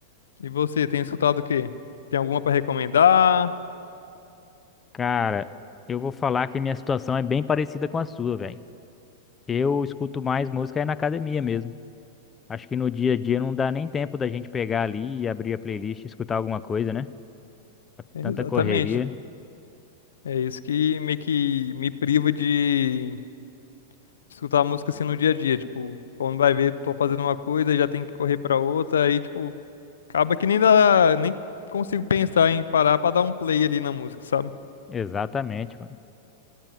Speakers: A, on the left; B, on the left.
A: E você, tem escutado o quê? Tem alguma pra recomendar?
B: Cara, eu vou falar que minha situação é bem parecida com a sua, velho. Eu escuto mais música é na academia mesmo. Acho que no dia a dia não dá nem tempo da gente pegar ali e abrir a playlist e escutar alguma coisa, né?
A: É,
B: Tanta
A: exatamente.
B: correria.
A: É isso que meio que me priva de escutar música assim no dia a dia, tipo, quando vai ver, tô fazendo uma coisa e já tem que correr pra outra, aí tipo, acaba que nem dá, nem consigo pensar em parar pra dar um play ali na música, sabe?
B: Exatamente, mano.